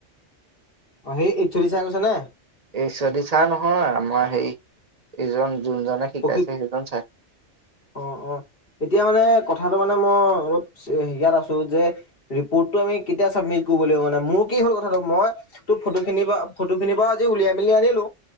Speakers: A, on the left; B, on the right.
A: অ' সেই এইচ ও দি চাৰে কৈছে নে?
B: এইচ ও দি চাৰ নহয় আমাৰ হে এইজন যোনজনে শিকাইছে
A: প্ৰশিক
B: সেইজন ছাৰ
A: অ' অ' এতিয়া মানে কথাটো মানে মই অলপ ইয়াত আছো যে ৰিপৰ্টটো আমি কেতিয়া চাবমিট কৰিব লাগিব মানে? মোৰ কি হ'ল কথাটো মই তোৰ ফটো খিনি বাৰু ফটো খিনি বাৰু আজি উলিয়াই মেলি আনিলো